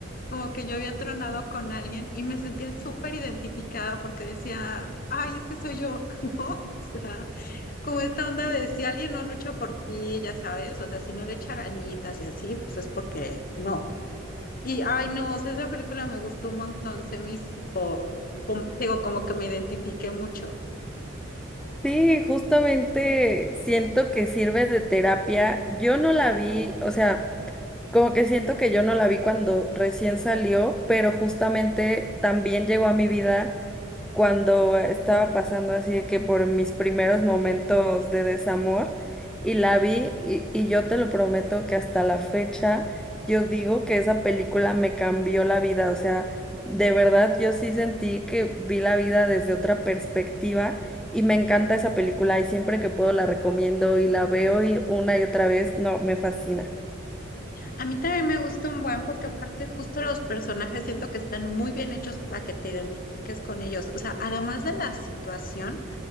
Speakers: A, on the left (about 45°); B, in the centre.
A: como que yo había tronado con alguien y me sentía súper identificada porque decía, ay, es que soy yo, <laughs> ¿no? O sea, como esta onda de si alguien no lucha por ti, ya sabes, o sea, si no le echa ganitas y así, pues es porque no. Y, ay, no, o sea, esa película me gustó un montón, se me hizo, como- digo, como que me identifiqué mucho.
B: Sí, justamente siento que sirve de terapia. Yo no la vi, o sea, como que siento que yo no la vi cuando recién salió, pero justamente también llegó a mi vida cuando estaba pasando así de que por mis primeros momentos de desamor y la vi y, y yo te lo prometo que hasta la fecha yo digo que esa película me cambió la vida, o sea, de verdad yo sí sentí que vi la vida desde otra perspectiva y me encanta esa película y siempre que puedo la recomiendo y la veo y una y otra vez, no, me fascina.
A: A mí también me gustó un buen porque aparte justo los personajes siento que están muy bien hechos para que te identifiques con ellos. O sea, además de la situación,